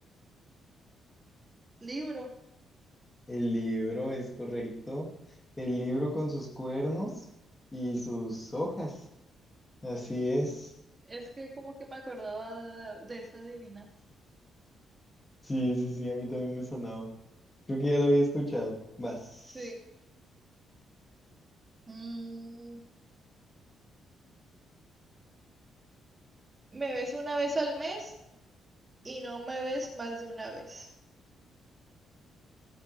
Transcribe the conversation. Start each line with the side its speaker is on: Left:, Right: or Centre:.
Right: Libro.
Left: El libro es correcto. El libro con sus cuernos y sus hojas. Así
Right: Mm,
Left: es.
Right: es que como que me acordaba de, de esa adivinanza.
Left: Sí, sí, sí, a mí también me sonaba. Creo que ya lo había escuchado. Vas.
Right: Sí. Mm, me ves una vez al mes y no me ves más de una vez.